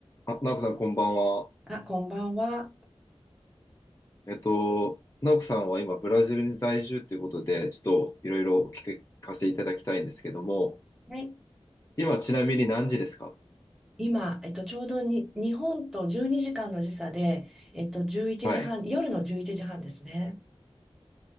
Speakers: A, on the left (about 30°); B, in the centre.
A: あ、ナオコさん、こんばんは。
B: あ、こんばんは。
A: えっと、ナオコさんは今、ブラジルに在住ということで、ちょっといろいろお聞かせいただきたいんですけども、
B: はい。
A: 今、ちなみに何時ですか
B: 今、えっと、ちょうどに日本と12時間の時差で、えっと、11時半、
A: はい。
B: 夜の11時半ですね。